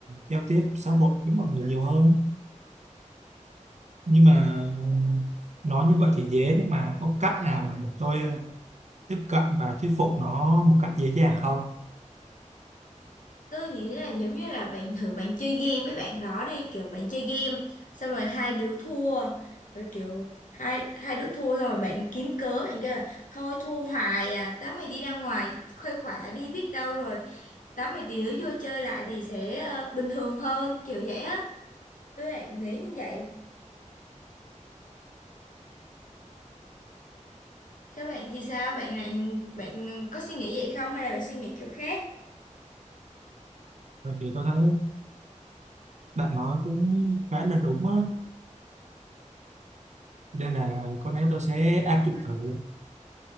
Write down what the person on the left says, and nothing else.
tôi nghĩ là giống như là bạn thử bạn chơi game với bạn đó đi kiểu bạn chơi game xong rồi hai đứa thua rồi kiểu hai hai đứa thua xong rồi bạn kiếm cớ bạn kêu là thôi thua hoài à tao mày đi ra ngoài khuây khỏa đi biết đâu rồi tám mày tí nữa vô chơi lại thì sẽ ờ, bình thường hơn kiểu vậy á tôi lại nghĩ như vậy thế bạn thì sao bạn lại bạn có suy nghĩ vậy không hay là bạn suy nghĩ kiểu khác